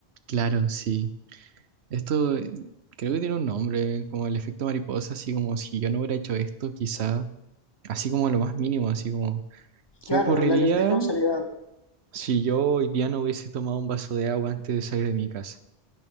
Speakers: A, on the right; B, on the left.
A: claro, sí. Esto eh, creo que tiene un nombre, como el efecto mariposa, así como si yo no hubiera hecho esto, quizá, así como lo más mínimo, así como, ¿qué
B: Claro,
A: ocurriría
B: la ley de causalidad.
A: si yo hoy día no hubiese tomado un vaso de agua antes de salir de mi casa?